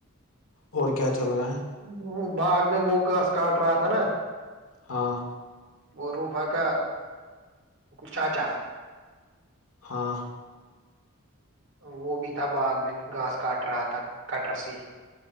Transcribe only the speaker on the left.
اور کیا چل رہا ہے
ہاں
ہاں